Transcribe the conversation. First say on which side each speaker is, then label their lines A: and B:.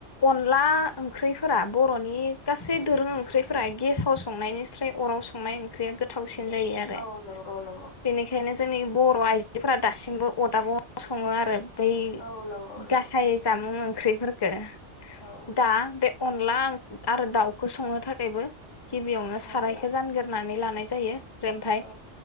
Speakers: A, on the left; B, on the left.
A: अनला ओंख्रिफोरा बर'नि गासै दोरों ओंख्रिफोरा गेसाव संनायनिस्राय अराव संनाय ओंख्रिया गोथावसिन जायो
B: औ
A: आरो
B: औ नंगौ नंगौ
A: बेनिखायनो जोंनि बर' आइजोफोरा दासिमबो अरदाबाव सङो आरो बै
B: औ नंगौ नंगौ
A: गासै जामुं ओं ओंख्रिफोरखौ
B: औ ओं
A: दा बे अनला आरो दाउखौ संनो थाखायबो गिबियावनो सारायखौ
B: ओं
A: जानगोरनानै लानाय जायो ओमफ्राय
B: औ